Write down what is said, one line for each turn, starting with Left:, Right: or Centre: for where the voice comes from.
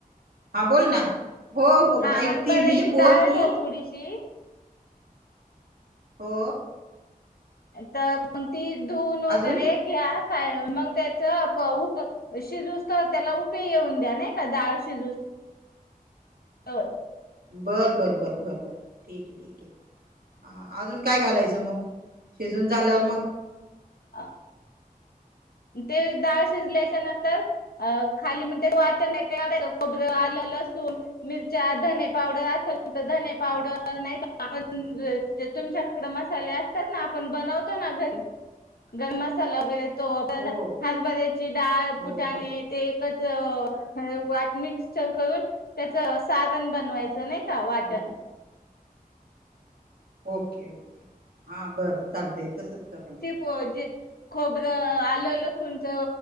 Right: हा बोल ना हो
Left: हा
Right: ऐकती
Left: हरभऱ्याची
Right: मी
Left: डाळ
Right: बोल
Left: घ्या
Right: तु
Left: थोडीशी
Right: हो
Left: तर मग ती धून वगैरे
Right: अजून
Left: घ्या मग त्याच शिजूस तर त्याला उकळी येऊन द्या नाही का डाळ शिजूस तवर
Right: बरं बरं बरं बरं बरं ठीक आहे. हा अजून काय घालायचं मग शिजून झाल्यावर मग?
Left: आ ते डाळ शिजल्याच्या नंतर अ खाली <unintelligible> वाट नाही का खबर आले लसूण. मिरच्या धने पावडर असेल तर धने पावडर नाही का आपण जे तुमच्याकडे मसाले असतात ना आपण बनवतो ना घरी गरम मसाला वगैरे तो हा बा
Right: हो
Left: हरभरे ची डाळ
Right: हो
Left: फुटाणे
Right: हो
Left: ते एकच वाट मिक्सचर करून त्याचं सारण बनवायचं नाही का वाटण
Right: हं, ओके ओके हा बरं चालतंय तसंच करते.
Left: हो जे खोबर आलं लसूणच